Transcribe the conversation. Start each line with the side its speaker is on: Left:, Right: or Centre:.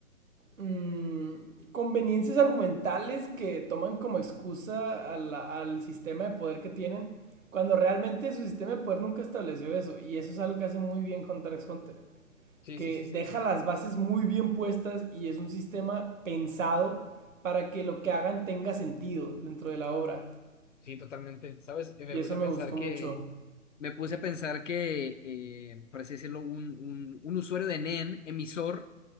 Right: mm, conveniencias argumentales que toman como excusa a la- al sistema de poder que tienen, cuando realmente su sistema de poder nunca estableció eso. Y eso es algo que hace muy bien Hunter x Hunter,
Left: Sí,
Right: que
Left: sí, sí, sí.
Right: deja las bases muy bien puestas y es un sistema pensado para que lo que hagan tenga sentido dentro de la obra.
Left: Sí, totalmente. ¿Sabes? Y Me
Right: Y eso
Left: puse a
Right: me
Left: pensar
Right: gustó
Left: que,
Right: mucho.
Left: me puse a pensar que, eh, por así decirlo, un, un, un usuario de NEN, emisor,